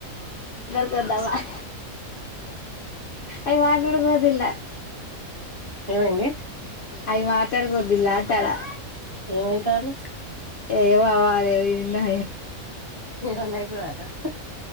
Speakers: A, on the left; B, on the right.
A: యాదవ హే అయ్య వార్నూర్కిదలా అ
B: ఏమండి
A: అవి మాట్లాడుకోద్దుల్లాలాటడా
B: ఏమీ అంటారు
A: ఏవవళ ఏవిన్నా
B: అన్దు వారా